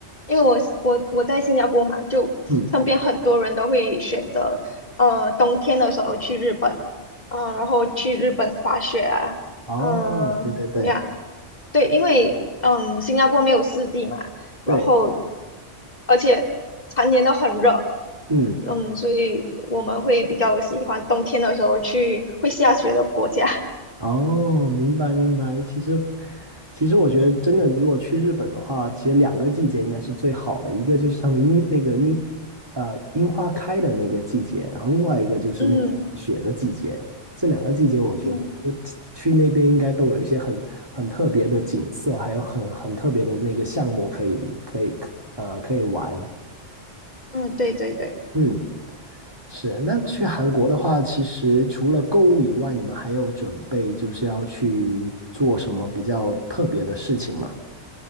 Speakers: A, on the left; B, on the right.
A: 因为我我我在新加坡嘛，就身边很多人都会选择，
B: 嗯，
A: 呃，冬天的时候去日本，嗯、然后去日本滑雪啊，
B: 哦，
A: 嗯、
B: 对对对
A: 呀，对，因为嗯，新加坡没有四季嘛，
B: 对，
A: 然后而且常年都很热，
B: 嗯。
A: 嗯，所以我们会比较喜欢冬天的时候去会下雪的国家，
B: 哦，明白明白。其实，其实我觉得真的，如果去日本的话，其实两个季节应该是最好的，一个就是他们樱那个樱，呃，樱花开的那个季节，然后另外一个就是那个下雪的季节。
A: <laughs> 嗯
B: 这两个季节，我觉得就去那边应该都有一些很很特别的景色，
A: 嗯
B: 还有很很特别的那个项目可以可以呃可以玩。
A: 嗯，对对对，
B: 嗯。是，那去韩国的话，其实除了购物以外，你们还有准备就是要去做什么比较特别的事情吗？